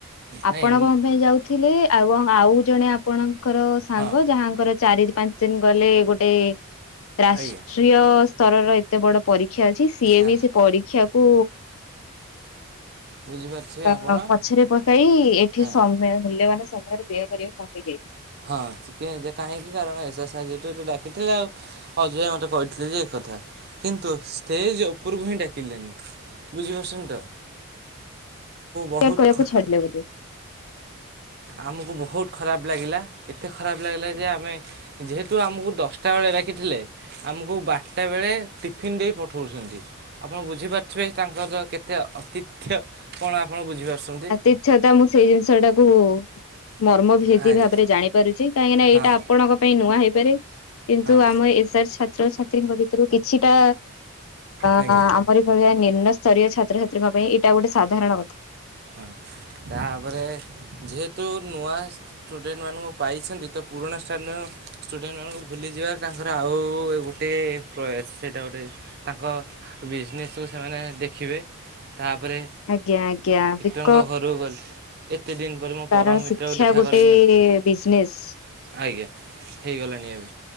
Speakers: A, on the right; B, on the left.
A: ନାଇଁ
B: ଆପଣ କଣ ପେଇଁ ଯାଉଥିଲେ ଏବଂ ଆଉ ଜଣେ ଆପଣଙ୍କର ସାଙ୍ଗ,
A: ହଁ
B: ଯାହାଙ୍କର ଚାରି ପାଞ୍ଚ ଦିନ ଗଲେ ଗୋଟେ ରାଷ୍ଟ୍ରୀୟ
A: ଆଜ୍ଞା।
B: ସ୍ତରର ଏତେ ବଡ ପରୀକ୍ଷା ଅଛି ସିଏ
A: ଆଜ୍ଞା
B: ବି ସେ ପରୀକ୍ଷାକୁ
A: ବୁଝିପାରୁଥିବେ
B: ଅ
A: ଆପଣ
B: ପଛରେ ପକେଇ ଏଠି
A: ହଁ
B: ସମୟ ମୂଲ୍ୟବାନ ସମୟର ତିଆରି କରିବା ବି କଂପ୍ଲିଟି ହେଇଚି।
A: ହଁ, ଚିକେନ ଦୋକାନ ହେଇଚି <unintelligible> ଡାକୁଥିଲେ ଆଉ। ଅଜୟ ମୋତେ କହିଥିଲେ ଯେ ଏ କଥା କିନ୍ତୁ ଷ୍ଟେଜ୍ ଉପରକୁ ହିଁ ଡାକିଲେନି। ବୁଝିପାରୁଛନି ତ? ବହୁତ
B: ପୁଅ କୋଳକୁ ଛାଡି ଦିଅ ମୋତେ।
A: ଆମକୁ ବହୁତ ଖରାପ ଲାଗିଲା, ଏତେ ଖରାପ ଲାଗିଲା ଯେ ଆମେ ଯେହେତୁ ଆମକୁ ଦଶ୍ଟା ବେଳେ ଡାକିଥିଲେ। ଆମକୁ ବାର୍ଟା ବେଳେ ଟିଫିନ୍ ଦେଇ ପଠଉଛନ୍ତି। ଆପଣ ବୁଝିପାରୁଥିବେ ତାଙ୍କର କେତେ ଅତିଥ୍ୟ କଣ ଆପଣ ବୁଝିପାରୁଛନ୍ତି?
B: ଦ୍ୱିତୀୟଥା ମୁଁ ସେଇ ଜିନିଷଟାକୁ ମର୍ମ ହେଦି
A: ଆଜ୍ଞା
B: ଭାବରେ ଜାଣିପାରୁଛି କାହିଁକିନା
A: ହଁ
B: ଏଇଟା ଆପଣଙ୍କ ପାଇଁ ନୂଆ ହେଇପାରେ କିନ୍ତୁ
A: ହଁ
B: ଆମ ଏସାର୍ ଛାତ୍ରଛାତ୍ରୀଙ୍କ ଭିତରୁ କିଛିଟା ଅ
A: ଆଜ୍ଞା
B: ଆମର ଭଳିଆ ନିମ୍ନ ସ୍ତରୀୟ ଛାତ୍ରଛାତ୍ରୀଙ୍କ ପାଇଁ ଏଇଟା ଗୋଟେ ସାଧାରଣ କଥା।
A: ହଁ, ତାପରେ ଯେହେତୁ ନୂଆ ଷ୍ଟୁଡେଣ୍ଟ ମାନଙ୍କୁ ପାଇଛନ୍ତି ତ ପୁରୁଣା <unintelligible> ଷ୍ଟୁଡେଣ୍ଟମାନଙ୍କୁ ଭୁଲିଯିବାର ତାଙ୍କର ଆଉ ଏ ଗୋ ଟେ ପ୍ରୟାସ ସେଇଟା ଗୋଟେ, ତାଙ୍କ ବିଜିନେସ୍ କୁ ସେମାନେ ଦେଖିବେ। ତାପରେ
B: ଆଜ୍ଞା, ଆଜ୍ଞା ଦିକ୍।
A: ତାଙ୍କ ଘରକୁ ଗଲି, ଏତେ ଦିନ ପରେ ମୋ
B: କାରଣ
A: ପରମ ମିତ୍ରକୁ
B: ଶିକ୍ଷା
A: ଦେଖା
B: ଗୋଟେ
A: କରେଇ ନଥିଲି।
B: ବିଜନେସ୍।
A: ଆଜ୍ଞା ହେଇଗଲାଣି ଏବେ,